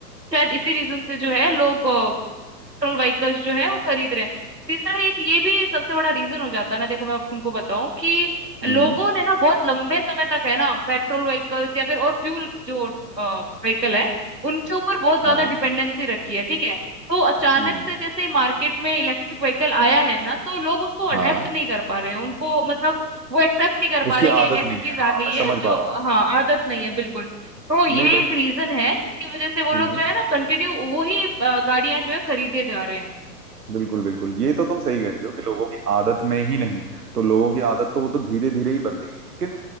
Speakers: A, on the right (about 80°); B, on the right (about 65°).
A: शायद इसी रीजन से जो है लोग पेट्रोल व्हीकल्स जो है वो खरीद रहे हैं तीसरा एक ये भी सबसे बड़ा रीजन हो जाता है ना देखो मैं अब तुमको बताऊं कि
B: हम्म
A: लोगों ने ना बहुत लंबे समय तक है ना पेट्रोल व्हीकल्स या फिर और फ्यूल जो व्हीकल है उनके ऊपर बहुत ज्यादा
B: हाँ
A: डिपेंडेंसी रखी है ठीक है तो अचानक
B: हम्म
A: से जैसे ही मार्केट में इलेक्ट्रिक व्हीकल आया है ना तो लोग उसको अडेप्ट
B: हाँ
A: नहीं कर पा रहे हैं उनको मतलब वो एक्सेप्ट नहीं कर
B: उसकी
A: पा रहे कि
B: आदत
A: एक ऐसी
B: नहीं
A: चीज
B: है हाँ
A: आ गई
B: मैं
A: है
B: समझ पा
A: जो
B: रहा
A: हाँ आदत नहीं है बिल्कुल तो ये
B: हूँ नहीं बट
A: एक रीजन है जिसकी वजह से वो
B: हम्म
A: लोग जो
B: हम्म।
A: है ना कंटिन्यू वही अ, गाड़ियां जो है खरीदे जा रहे हैं
B: बिल्कुल बिल्कुल ये तो तुम सही कह रही हो कि लोगों की आदत में ही नहीं है तो लोगों की आदत तो वो तो धीरे धीरे ही बदलेगी लेकिन